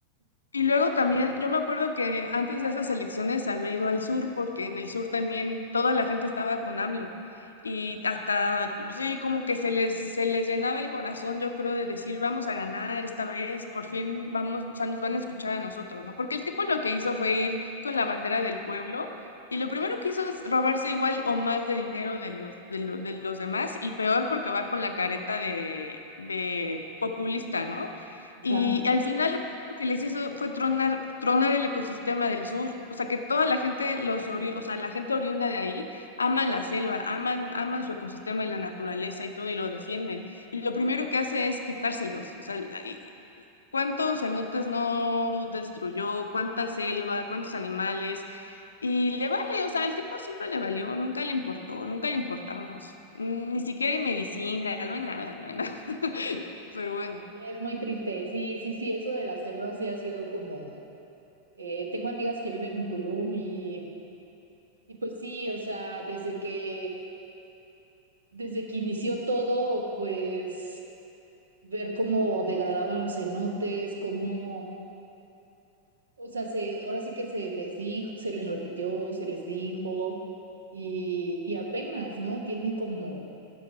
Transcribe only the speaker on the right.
Ajá.
Es muy triste, sí, sí, sí, eso de la selva sí ha sido como, eh, tengo amigas que viven en Tulum y Y pues sí, o sea, desde que, desde que inició todo, pues ver cómo degradaban los cenotes, cómo, o sea, se, ahora sí que se les dijo, se les repitió, se les dijo, y, y apenas, ¿no? Tiene como,